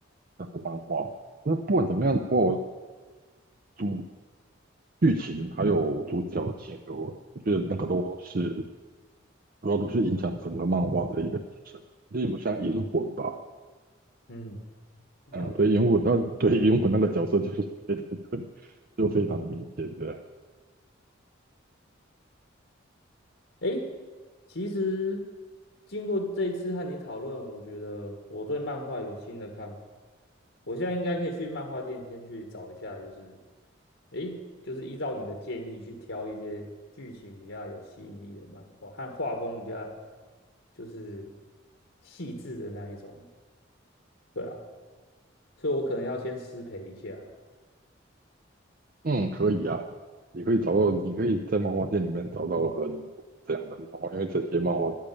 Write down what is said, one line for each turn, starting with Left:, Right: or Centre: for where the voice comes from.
Right: 那个漫画。那不管怎么样的话，主剧情还有主角的性格，我觉得那个都是。主要都是影响整个漫画的一个精神。例如像银魂吧，
Left: 嗯，了解。
Right: 嗯，对银魂，那对银魂那个角色就是 <laughs> 非常就非常的明显的，
Left: 诶，其实经过这一次和你讨论，我觉得我对漫画有新的看法。我现在应该可以去漫画店先去找一下，就是诶，就是依照你的建议去挑一些剧情比较有吸引力的漫画，和画风比较就是细致的那一种。对啊，所以我可能要先失陪一下，
Right: 嗯，可以啊，你可以找到，你可以在漫画店里面找到很多这样的漫画，因为这些漫画